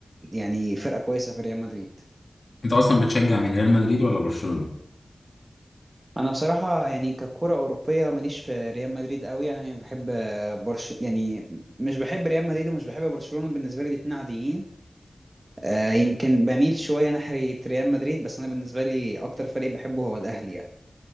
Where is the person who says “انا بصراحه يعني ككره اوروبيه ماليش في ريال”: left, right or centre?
Right